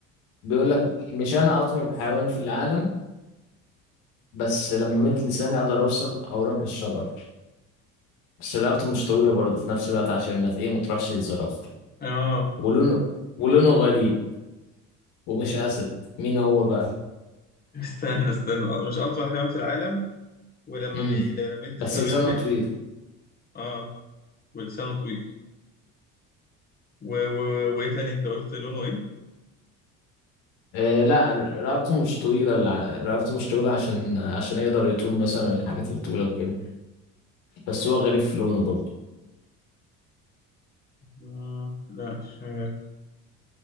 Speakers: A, on the left; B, on the left.
A: بيقول لك مش انا اطول حيوان في العالم بس لما مد لساني اقدر اوصل اوراق الشجر بس رقبته مش طويلة برضه في نفس الوقت عشان ما ايه ما تروحش للزرافة
B: اه
A: ولونه ولونه غريب ومش أسد مين هو بقى؟
B: استنى استنى مش اطول حيوان في العالم ولما
A: امم
B: بيمد
A: بس
B: لسانه
A: لسانه
B: بيعمل ايه
A: طويل
B: اه ولسانه طويل و... و... وايه تاني انت قلت لونه ايه؟
A: آه لا ر- رقبته مش طويلة الع- رقبته مش طويلة عشان عشان يقدر يطول مثلا الحاجات الطويلة وكده بس هو غريب في لونه برضه
B: آه لا مش عارف